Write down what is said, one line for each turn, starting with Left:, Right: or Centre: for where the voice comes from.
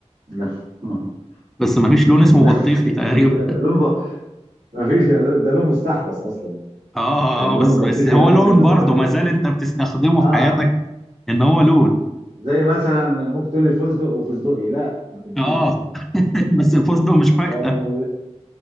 Right: لا <laughs>
Centre: بس ما فيش لون اسمه
Right: لا
Centre: بطيخي تقريبا
Right: <laughs> لا لا، لون ب... ما فيش ده لون ده لون مستحدث اصلا
Centre: <laughs> اه
Right: يعني
Centre: آه،
Right: لون
Centre: بس
Right: البطيخي
Centre: بس هو
Right: ده ممكن
Centre: لون
Right: مثلا
Centre: برضو
Right: واحد يقول
Centre: ما
Right: لك
Centre: زال
Right: ده
Centre: انت بتستخدمه
Right: اه
Centre: في حياتك ان هو لون
Right: زي مثلا ممكن تقول لي الفستق وفستقي لا ما تمشيش
Centre: اه <laughs> بس الفستق مش فاكهة
Right: لان ال...